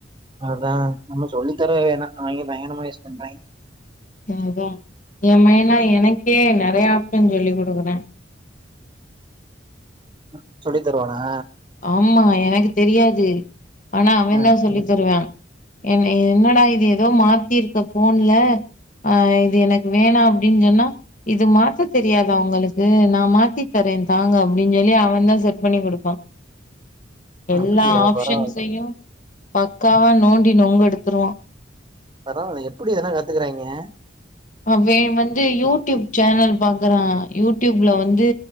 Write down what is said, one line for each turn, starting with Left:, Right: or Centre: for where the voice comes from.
Right: அதான் நம்ம சொல்லித் தரவே வேணா அவிங்களே பயங்கரமா யூஸ் பண்ணிட்டாய்ங்க
Left: ம் அதா ஏன் மய எல்லா எனக்கே நறைெய ஆப்ஷன் சொல்லிக் குடுக்குறா
Right: அ சொல்லித் தருவானா
Left: ஆமா எனக்கு தெரியாது ஆனா அவந்தா
Right: ஆ
Left: சொல்லித் தருவா எனக் என்னடா இது ஏதோ மாத்திருக்க ஃபோன்ல ஆ இது எனக்கு வேணா அப்டின்னு சொன்னா இது மாத்த தெரியாதா உங்களுக்கு நான் மாத்தி தறேன் தாங்க அப்டின்னு சொல்லி அவந்தா செட் பண்ணி குடுப்பா எல்லா
Right: அப்டியா
Left: ஆப்ஷன்ஸையு
Right: பரவால
Left: பக்காவா நோண்டி நொங்க எடுத்துருவா
Right: பரவால்ல எப்பிடி இதல்லா கத்துக்குறாய்ங்க
Left: அவே வந்து யூடியூப் சேனல் பாக்குறா யூடியூப்ல வந்து